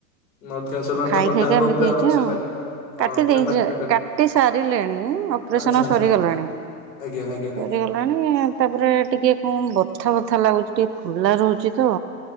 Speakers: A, on the left; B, on the right.
A: ମାଉଥ କ୍ୟାନସର
B: ସେ
A: ମାନେ
B: ଖାଇ
A: ତ କଟା
B: ଖାଇକି
A: ହବ
B: ଏମିତି
A: ପୁରା
B: ହେଇଛି
A: ସେ
B: ଆଉ
A: ପାଟିଟା ହଁ
B: କାଟି
A: ପୁରା
B: ଦେଇଛ
A: ପାଟିଟା
B: କାଟି ସାରିଲେଣି। ଅପରେସନ
A: ଆଚ୍ଛା ଆଚ୍ଛା
B: ସରିଗଲାଣି।
A: ଆଜ୍ଞା ଆଜ୍ଞା
B: ସରିଗଲାଣି
A: ଆଜ୍ଞା।
B: ତାପରେ ଟିକେ କଣ ବଥା ବଥା ଲା ହଉଛି ଟିକେ ଫୁଲା ରହୁଛି ତ।